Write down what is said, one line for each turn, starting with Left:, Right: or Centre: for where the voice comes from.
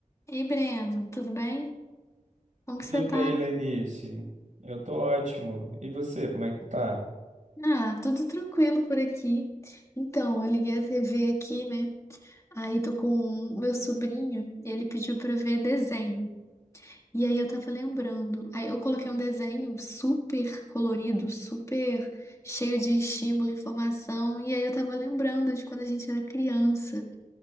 Left: Ei, Breno, tudo bem? Como
Right: Tudo
Left: que você
Right: bem,
Left: tá?
Right: Lenice? Eu tô ótimo. E você, como é que tá?
Left: Ah, tudo tranquilo por aqui. Então, eu liguei a TV aqui, né? Aí tô com o meu sobrinho, ele pediu pra eu ver desenho. E aí eu tava lembrando. Aí eu coloquei um desenho super colorido, super cheio de estímulo e informação. E aí eu tava lembrando de quando a gente era criança